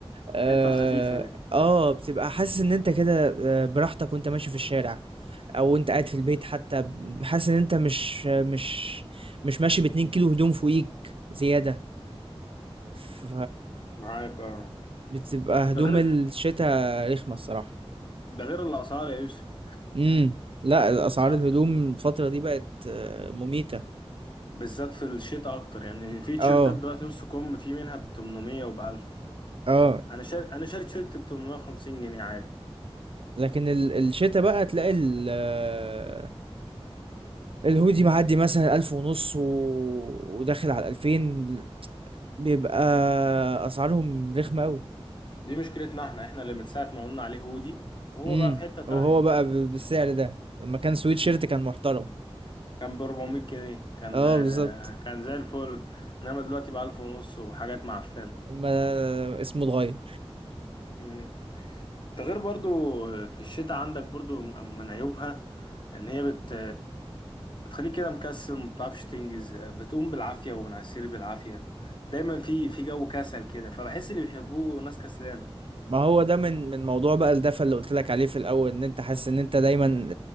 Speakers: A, on the right (about 60°); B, on the left (about 50°).
A: اه
B: الحتة الخفيفة دي
A: آه، بتبقى حاسس ان انت كده آه، براحتك وانت ماشي في الشارع او انت قاعد في البيت حتى ب- حاسس ان انت مش مش مش ماشي باتنين كيلو هدوم فوقيك زيادة ف
B: معاك اه
A: بتبقى هدوم
B: ده غير
A: الشتاء رخمة الصراحة
B: ده غير الاسعار يا يوسف
A: امم لا اسعار
B: العسل
A: الهدوم الفترة دي بقت آه، مميتة
B: بالذات في الشتاء اكتر يعني في تيشيرتات
A: اه
B: دلوقتي نص كم في منها ب 800 وب 1000
A: اه
B: انا شاري انا شاري تيشيرت ب 850 جنيه عادي
A: لكن ال- الشتا بقى تلاقي ال- آه، الهودي معدي مثلا ألف ونص و... وداخل على الألفين بيبقى أسعارهم رخمة أوي
B: دي مشكلتنا احنا احنا اللي من ساعة ما قلنا عليه هودي وهو
A: امم
B: بقى في حتة تانية
A: وهو بقى ب- بالسعر ده لما كان سويت
B: مم.
A: شيرت كان محترم
B: كان ب 400 جنيه كان
A: اه
B: آه،
A: بالظبط
B: كان زي الفل انما دلوقتي بقى 1000 ونص وحاجات معفنة
A: ما اسمه اتغير
B: مم. ده غير برضو في الشتاء عندك برضو من عيوبها ان هي بت بتخليك كده مكسل ما بتعرفش تنجز بتقوم بالعافية ومنعسير بالعافية دايما في في جو كسل كده فبحس اللي بيحبوه ناس كسلانة
A: ما هو ده من من موضوع بقى الدفى اللي قلت لك عليه في الأول إن أنت حاسس إن أنت دايما